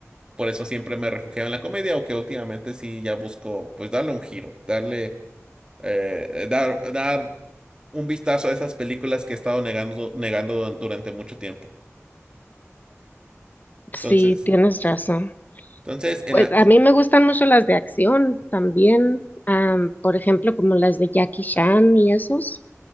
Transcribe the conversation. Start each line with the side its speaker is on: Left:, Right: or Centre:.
Right: Por eso siempre me refugiaba en la comedia, aunque últimamente sí ya busco pues darle un giro, darle, eh, eh, dar, dar un vistazo a esas películas que he estado negando, negando du- durante mucho tiempo.
Left: sí,
Right: Entonces,
Left: tienes razón.
Right: entonces, en
Left: Pues
Right: a-
Left: a mí me gustan mucho las de acción también. am, por ejemplo, como las de Jackie Chan y esos.